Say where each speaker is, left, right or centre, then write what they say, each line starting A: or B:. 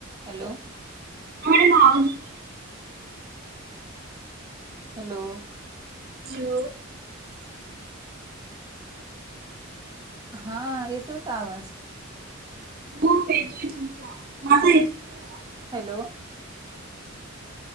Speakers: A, on the right; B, on the right.
A: Hello
B: अवड मावदुध
A: hello
B: जऊ
A: स... हा येतोय का आवाज...
B: खुप येतोय तुमचा माझा
A: ह
B: येतोय तुला...
A: हॅलो...